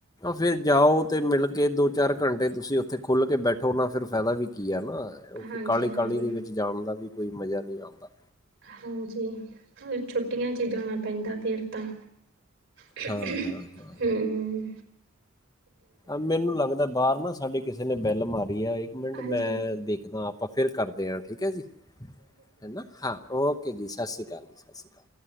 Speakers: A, on the left (about 20°); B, on the right (about 60°).
A: ਫਿਰ ਜਾਓ ਅਤੇ ਮਿਲ ਕੇ ਦੋ ਚਾਰ ਘੰਟੇ ਤੁਸੀਂ ਉੱਥੇ ਖੁੱਲ੍ਹ ਕੇ ਬੈਠੋ ਨਾ, ਫਿਰ ਫਾਇਦਾ ਵੀ ਕੀ ਹੈ ਨਾ। ਉਥੇ
B: ਹਾਂਜੀ,
A: ਕਾਹਲੀ,
B: ਹਾਂਜੀ।
A: ਕਾਹਲੀ ਦੇ ਵਿੱਚ ਜਾਣ ਦਾ ਵੀ ਕੋਈ ਮਜਾ ਨਹੀਂ ਆਉਂਦਾ।
B: ਹਾਂਜੀ, ਹੁਣ ਛੁੱਟੀਆਂ 'ਚ ਹੀ ਜਾਣਾ ਪੈਂਦਾ ਫਿਰ ਤਾਂ <unintelligible>
A: ਹਾਂ ਹਾਂ ਹਾਂ ਹਾਂ
B: ਹਮ।
A: ਮੈਨੂੰ ਲੱਗਦਾ ਬਾਹਰ ਨਾ ਸਾਡੇ ਕਿਸੇ ਨੇ ਬੈਲ ਮਾਰੀ ਆ, ਇੱਕ ਮਿੰਟ
B: ਹਾਂਜੀ,
A: ਮੈਂ ਦੇਖਦਾ। ਆਪਾਂ ਫਿਰ ਕਰਦੇ ਹਾਂ ਠੀਕ ਹੈ ਜੀ ਹੈ ਨਾ, ਹਾਂ ਓਕੇ ਜੀ ਸਤਿ ਸ਼੍ਰੀ ਅਕਾਲ ਜੀ, ਸਤਿ ਸ਼੍ਰੀ ਅਕਾਲ।